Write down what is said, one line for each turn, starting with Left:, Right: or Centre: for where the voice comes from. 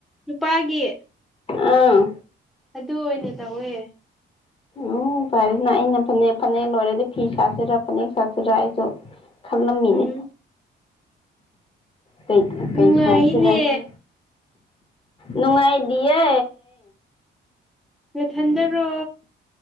Centre: ꯅꯨꯄꯥꯒꯤ
Left: ꯑꯥ
Centre: ꯑꯗꯨ ꯑꯣꯏꯅ ꯇꯧꯋꯦ
Left: ꯎꯝ ꯐꯩꯅ ꯑꯩꯅ ꯐꯅꯦꯛ ꯐꯅꯦꯛ ꯂꯣꯏꯔꯗꯤ ꯐꯤ ꯁꯥꯁꯤꯔꯥ ꯐꯅꯦꯛ ꯁꯥꯁꯤꯔꯥ ꯑꯩꯁꯨ ꯈꯪꯂꯝꯃꯤꯅꯦ
Centre: ꯎꯝ
Left: ꯀꯩ ꯀꯩ
Centre: ꯅꯨꯡꯉꯥꯏꯅꯦ
Left: ꯁꯥꯁꯤꯔ ꯍꯥꯏꯅ ꯅꯨꯡꯉꯥꯏꯗꯤꯌꯦ
Centre: ꯅꯊꯟꯗꯔꯣ